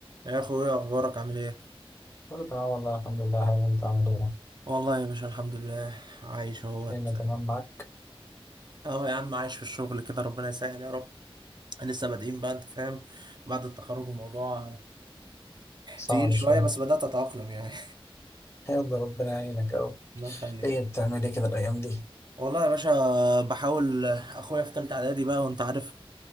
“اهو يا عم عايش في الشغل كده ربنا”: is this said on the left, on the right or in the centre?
Right